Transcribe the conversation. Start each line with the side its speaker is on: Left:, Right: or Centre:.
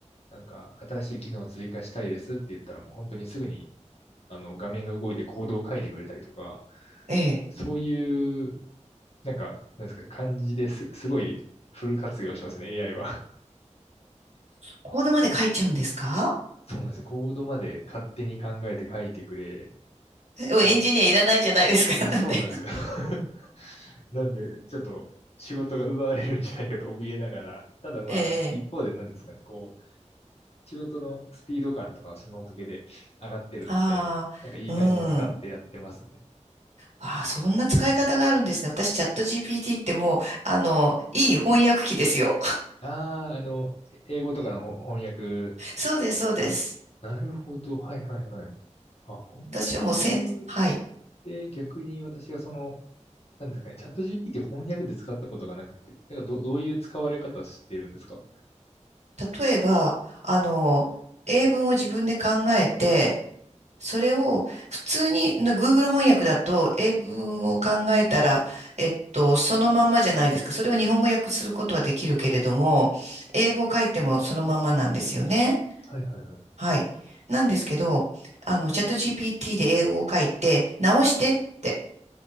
Left: なんか、新しい機能を追加したいですって言ったら、もう本当にすぐに、あの、画面が動いてコードを書いてくれたりとか、
Right: ええ。
Left: そういう、なんか、なんですか、感じです、すごいフル活用してますね、AI は。
Right: コードまで書いちゃうんですか
Left: <laughs> そうなんですよ。コードまで勝手に考えて書いてくれ
Right: えエンジニアいらないじゃないですか。
Left: る。
Right: <laughs>
Left: いや、そうなんですよ。
Right: なんて。
Left: <laughs> なんで、ちょっと仕事が奪われるんじゃないかと怯えながら、ただまあ、
Right: <laughs> ええ。
Left: 一方で何ですかね、こう、仕事のスピード感とかはそのおかげで上がってるので、
Right: ああ、
Left: なんかいい感じに使ってやってますね。
Right: うん。ああ、そんな使い方があるんですね。私、チャット GPT ってもう、あの、いい翻訳機ですよ。
Left: ああ、あの、英語とかのほ翻訳。
Right: <laughs> そうです、そうです。
Left: あ、なるほど。はいはいはい。あ、翻訳
Right: 私はもうせん、はい。
Left: で逆に私がそのなんですかね、チャット GPT 翻訳で使ったことがなくて、なんかど、どういう使われ方してるんですか
Right: 例えば、あの、英文を自分で考えて、それを普通にな Google 翻訳だと英文を考えたら、えっと、そのまんまじゃないですか。それを日本語訳することはできるけれども、英語を書いてもそのまんまなんですよね。
Left: はいはいはい。
Right: はい。なんですけど、あの、チャット GPT で英語を書いて、直してって、